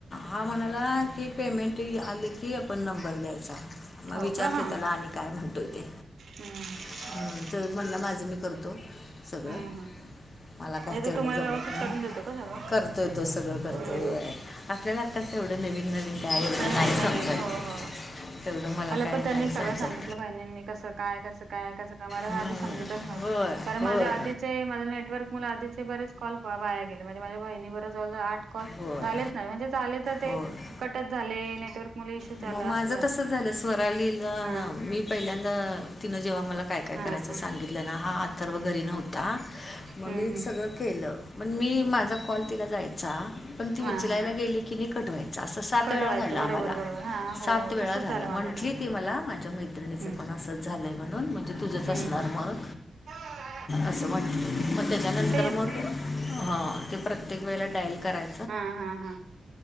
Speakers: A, on the left (about 35°); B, on the right (about 70°).
A: हा म्हणाला की पेमेंट आले की आपण नंबर द्यायचा. म
B: हो
A: विचारते
B: का हा
A: त्याला आणि काय म्हणतोय ते.
B: हम्म हम्म.
A: हं, तर म्हणला माझं मी करतो सगळं
B: हम्म हम्म.
A: मला काय
B: हे तो
A: तेवढं
B: तुम्हाला
A: जमत
B: व्यवस्थित
A: नाही
B: करून देतो का सगळं?
A: करतोय तो सगळं कर
B: हम्म
A: <unintelligible> आपल्यालातच एवढं नवीन-नवीन काय एवढं
B: तर
A: नाही
B: नवीन
A: समजत.
B: हो हो
A: तेवढं मला काय
B: पण त्यांनी
A: नाही
B: सगळं
A: समजत.
B: सांगितलं बहिणींनी कसं काय कसं काय कसं काय मला
A: हम्म.
B: आदी समजतच नव्हतं.
A: होय
B: कारण
A: होय
B: माझ्या आदीचे माझ्या नेटवर्क मुळे आदीचे बरेच कॉल व वाया गेले म्हणजे माझ्या बहिणी बर जवळ-जवळ आठ कॉल
A: होय
B: झालेच नाही म्हणजे झाले तर ते
A: होय
B: कटच झाले नेटवर्क मुळे इशूच
A: मग
B: आला
A: माझं
B: असं झाला
A: तसंच
B: ते.
A: झालं स्वरालीला
B: हा
A: मी पहिल्यांदा तिनं जेव्हा मला काय-काय
B: हा
A: करायच
B: हा
A: सांगितलं ना हा आथर्व घरी नव्हता म
B: हम्म
A: मीच
B: हम्म
A: सगळं केलं पण मी माझा कॉल तिला जायचा. पण ती
B: हा
A: उचलायला
B: हा
A: गेली की नाही कट व्हायचा असं सात
B: कट
A: वेळा
B: व्हायचं
A: झालं
B: बरोबर
A: आम्हाला.
B: बरोबर हा हो
A: सात
B: हो
A: वेळा
B: तसच
A: झालं
B: माझं
A: म्हटली
B: पण
A: ती मला माझ्या मैत्रिणीचं
B: हम्म
A: पण असंच झालंय म्हणून म्हूणजे तुझंच
B: हम्म
A: असणार
B: हम्म
A: मग
B: <unintelligible>
A: असं म्हटली मग त्याच्यानंतर
B: तेच
A: मग हा ते प्रत्येक वेळेला डायल कराय
B: हा हा हा